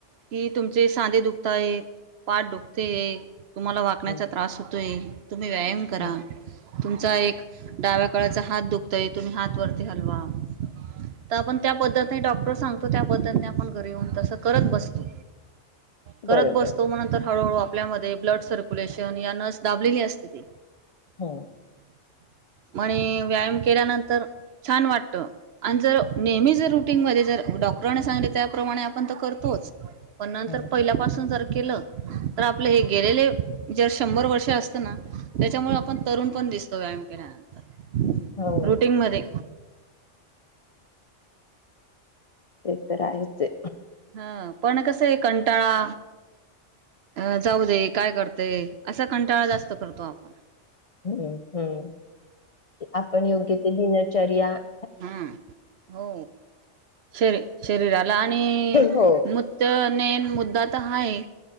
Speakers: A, on the right (about 65°); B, on the left (about 50°).
A: कि तुमचे सांधे दुखताय पाठ दुखते तुम्हाला वाकण्याचा
B: हम्म
A: त्रास होतो <inaudible> तुम्ही व्यायाम करा
B: हम्म
A: तुमचा एक डाव्या कळाचा हात दुख तुम्ही हात वरती हलवा तर आपण त्या पद्धतने डॉक्टर सांगतो त्या पद्धतने आपण घरी येऊन तस करत बसतो करत
B: बरोबर
A: बसतो म नंतर हळूहळू आपल्यामध्ये ब्लड सर्क्युलेशन या नर्स दाबलेली असते ती
B: हम्म
A: म्हणे व्यायाम केल्यानंतर छान वाटत अन जर नेहमी जर रुटीनमध्ये जर डॉक्टरने सांगले त्याप्रमाणे आपण तर करतोच पण नंतर
B: हम्म
A: पहिल्यापासून जर केलं तर आपले हे गेलेले जर शंभर वर्ष असतं ना त्याच्यामुळे आपण तरुण पण दिसतो व्यायाम केल्यानंतर
B: हो
A: रुटीनमध्ये
B: ते तर आहेच
A: हा पण कसंय आहे कंटाळा अंं जाऊ दे काय करते असा कंटाळा जास्त करतो आपण
B: हम्म हम्म आपण योग्य ते दिलं <unintelligible>
A: हम हो शरी शरीराला आणि <unintelligible>
B: हो
A: मेन मुद्दा तर हा ए